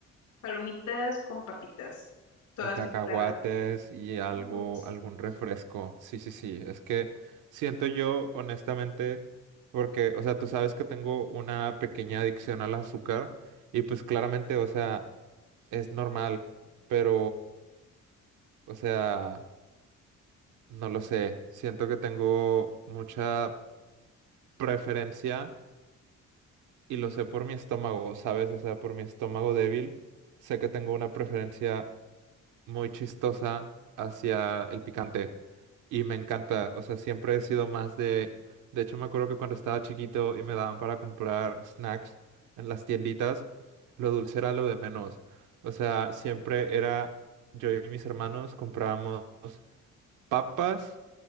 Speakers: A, on the left (about 80°); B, on the right (about 90°).
A: palomitas con papitas, todas
B: Y cacahuates
A: mezcladas.
B: y algo,
A: Uy, sí.
B: algún refresco. Sí, sí, sí. Es que siento yo, honestamente, porque, o sea, tú sabes que tengo una pequeña adicción al azúcar y pues claramente, o sea, es normal, pero, o sea, no lo sé. Siento que tengo mucha preferencia y lo sé por mi estómago, ¿sabes? O sea, por mi estómago débil, sé que tengo una preferencia muy chistosa hacia el picante y me encanta, o sea, siempre he sido más de, de hecho me acuerdo que cuando estaba chiquito y me daban para comprar snacks en las tienditas, lo dulce era lo de menos, o sea, siempre era yo y mis hermanos comprábamos papas